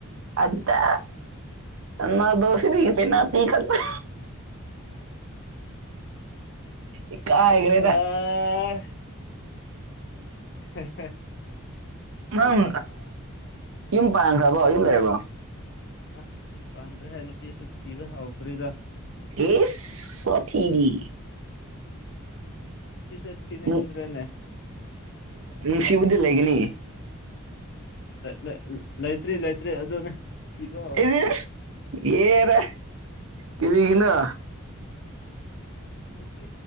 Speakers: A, on the right (about 65°); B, on the left (about 50°).
A: ꯑꯗ ꯅ ꯗꯣꯁ ꯒꯇꯦꯅ ꯄꯤ ꯀꯠꯇ ꯏꯀꯥꯏꯈ꯭ꯔꯦꯗ
B: ꯑ <inaudible>
A: ꯅꯪ ꯌꯨꯝ ꯄꯥꯟꯈ꯭ꯔꯕꯣ ꯌꯨꯝ ꯂꯩꯔꯕꯣ
B: ꯑꯁꯁꯨ ꯄꯥꯟꯗ꯭ꯔꯦ ꯍꯥꯏ ꯅꯨꯄꯤꯁꯨ ꯊꯤꯕ ꯍꯥꯎꯗ꯭ꯔꯤꯗ
A: ꯑꯦꯁ ꯁꯊꯤꯔꯤ
B: ꯐꯤꯁꯦ ꯊꯤꯅꯤꯡꯗ꯭ꯔꯦꯅꯦꯗꯤ
A: ꯅꯨꯡ ꯊꯤꯕꯨꯗꯤ ꯂꯩꯒꯅꯤ
B: ꯂꯩ ꯂꯩꯇ꯭ꯔꯤ ꯂꯩꯇ꯭ꯔꯤ ꯑꯗꯨꯅꯦ ꯊꯤꯕ ꯍꯧꯗ꯭ꯔꯤ
A: ꯏ
B: ꯍꯥꯏꯗꯣ
A: ꯌꯦꯔ ꯏꯒꯅ
B: ꯑꯁ ꯅꯨꯄꯤ